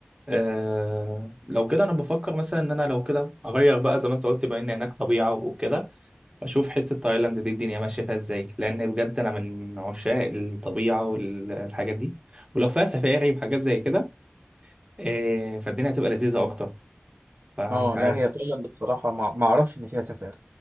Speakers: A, on the right; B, on the right.
A: آه لو كده انا بفكر مثلا ان انا لو كده اغير بقى زي ما انت قلت بما ان هناك طبيعه وكده اشوف حته تايلاند دي الدنيا ماشيه فيها ازاي لان بجد انا من عشاق الطبيعه والحاجات دي ولو فيها سفاري وحاجات زي كده آه فالدنيا هتبقى لذيذه اكتر فمش
B: اه لا
A: عارف
B: هي تايلاند بصراحه ما, ما اعرفش ان فيها سفاري